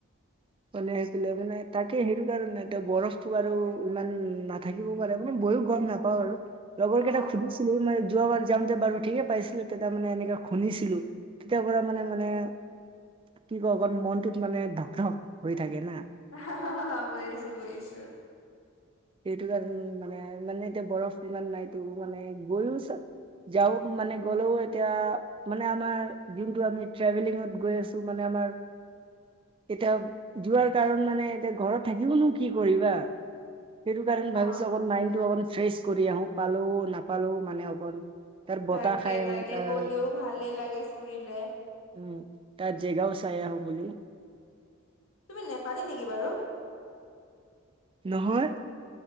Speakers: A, on the right (about 25°); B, on the left (about 70°).
A: মানে আহছিলে মানে তাকে হেৰি সেইকাৰণে এতিয়া বৰফটো আৰু ইমান নাথাকিবও পাৰে মানে ময়ো গম নাপাওঁ আৰু। লগৰ
B: অ
A: কেইটা সুধিছিলো মানে যোৱাবাৰ যাওঁতে বাৰু ঠিকে পাইছিল, তেতিয়া মানে এনেকে শুনিছিলো তেতিয়াৰ পৰা মানে মানে কি ক অকমান মনটোত মানে ধক ধক হৈ থাকে না।
B: হা <unintelligible> বুজিছো বুজিছো
A: সেইটো কাৰণ মানে মানে এতিয়া বৰফ ইমান নাইতো মানে গৈও চব যাও মানে গ'লেও এতিয়া মানে আমাৰ যোনটো আমি ট্ৰেভেলিঙত গৈ আছো মানে আমাৰ এতিয়া যোৱাৰ কাৰণ মানে এতিয়া ঘৰত থাকিবওনো কি কৰিবা? সেইটো কাৰণে ভাবিছো
B: অ
A: অকন মাইণ্ডটো অকন ফ্ৰেছ কৰি আহো পালো নাপালো মানে অকণ। তাৰ
B: তাকে
A: বতাহ খায়
B: তাকে
A: তাৰ
B: গ'লেও ভালে লাগে ফুৰিলে।
A: উম তাত জেগাও চাই আহোঁ বুলি।
B: তুমি নেপালি নেকি বাৰু?
A: নহয়।